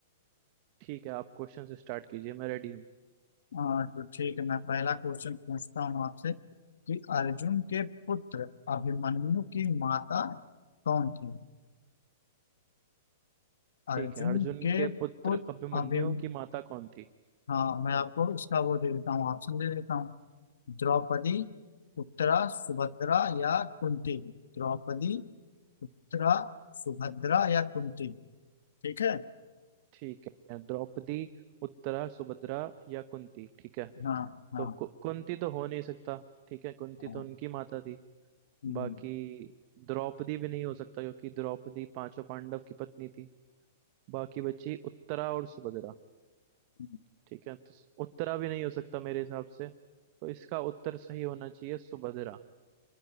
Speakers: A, on the right (about 40°); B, on the left (about 85°).
A: ठीक है आप क्वेश्चन से स्टार्ट कीजिए मैं रेडी हूँ
B: हाँ, तो ठीक है मैं पहला क्वेश्चन पूछता हूँ आपसे कि अर्जुन के पुत्र अभिमन्यु की माता कौन थी
A: ठीक
B: अर्जुन
A: है अर्जुन
B: के
A: के
B: पुत्र
A: पुत्र अभिमन्यु
B: अभिम
A: की माता कौन थी
B: हाँ मैं आपको इसका वो दे देता हूँ ऑप्शन दे देता हूँ द्रौपदी उत्तरा सुभद्रा या कुंती द्रौपदी उत्तरा सुभद्रा या कुंती ठीक है
A: ठीक है द्रौपदी उत्तरा सुभद्रा या कुंती ठीक है
B: हाँ हाँ
A: तो कु, कुंती तो हो नहीं सकता ठीक है कुंती
B: हाँ
A: तो उनकी माता थी
B: हम्म,
A: बाकी द्रौपदी भी नहीं हो सकता क्योंकि द्रौपदी पांचों पांडव की पत्नी थी बाकी बची उत्तरा और सुभद्रा
B: हम्म,
A: ठीक है तो स- उत्तरा भी नहीं हो सकता मेरे हिसाब से तो इसका उत्तर सही होना चाहिए सुभद्रा